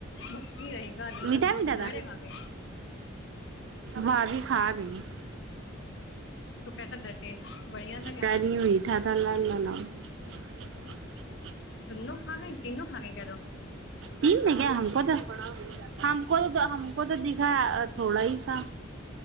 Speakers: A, on the left; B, on the right.
A: بھکی رہے گا
B: میٹھا میٹھا
A: دنڑے
B: تھا
A: کھا گئے
B: ہاں جی کھا گئی
A: تو کیسا تھا ٹیسٹ بڑھیا تھا کیا
B: کہہ رہی <inaudible>
A: دونوں کھا گے تینوں کان گ کہ دوو
B: تین میں گ ہم کوتا ہم کو تو ہم کو تو دکھا تھوڑا ہی سا